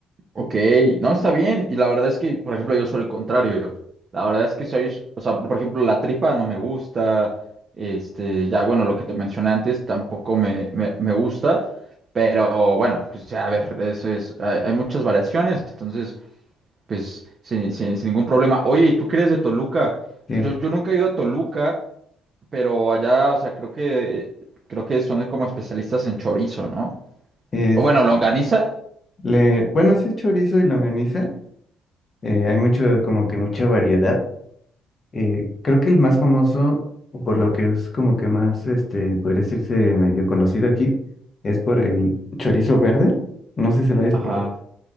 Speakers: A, on the right (about 45°); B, on the left (about 40°).
A: Ok, no está bien. Y la verdad es que, por ejemplo, yo soy el contrario. La verdad es que soy, o sea, por ejemplo, la tripa no me gusta. Este, ya, bueno, lo que te mencioné antes tampoco me, me, me gusta. Pero bueno, pues ya, a ver, eso es, hay, hay muchas variaciones. Entonces, pues sin, sin, sin ningún problema. Oye, ¿y tú qué eres de Toluca?
B: Sí,
A: Yo, yo nunca he ido a Toluca, pero allá, o sea, creo que, creo que son como especialistas en chorizo, ¿no?
B: es,
A: O bueno, longaniza.
B: le, bueno, sí es chorizo y longaniza, eh, hay mucho, como que mucha variedad. Eh, creo que el más famoso, o por lo que es como que más, este, podría decirse medio conocido aquí, es por el chorizo verde. No sé si lo hayas
A: Ajá.
B: probado.